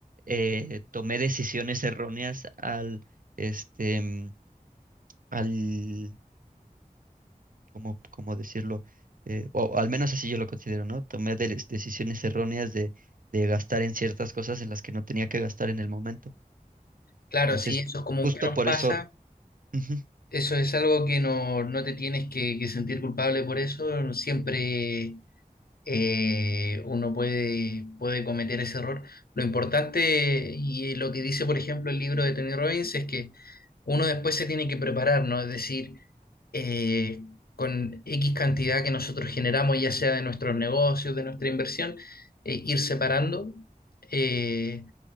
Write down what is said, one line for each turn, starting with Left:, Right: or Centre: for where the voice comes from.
Right: eh, tomé decisiones erróneas al, este, mm, al ¿cómo, cómo decirlo? Eh, o al menos así yo lo considero, ¿no? Tomé de- decisiones erróneas de, de gastar en ciertas cosas en las que no tenía que gastar en el momento.
Left: Claro,
Right: Entonces,
Left: si eso
Right: p-
Left: es común
Right: justo
Left: que nos
Right: por
Left: pasa,
Right: eso... ujú,
Left: eso es algo que no, no te tienes que, que sentir culpable por eso, siempre eh, uno puede, puede cometer ese error. Lo importante y lo que dice, por ejemplo, el libro de Tony Robbins es que uno después se tiene que preparar, ¿no? Es decir, eh, con X cantidad que nosotros generamos, ya sea de nuestros negocios, de nuestra inversión, eh, ir separando. Eh,